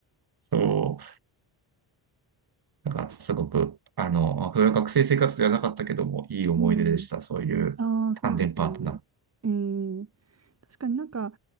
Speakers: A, on the right; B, on the right.
A: そう。なんかすごく、あの、それは学生生活ではなかったけども、いい思い出でした。
B: うん
A: そういう単電パートナー。
B: ああ、そうですね。えー、確かになんか、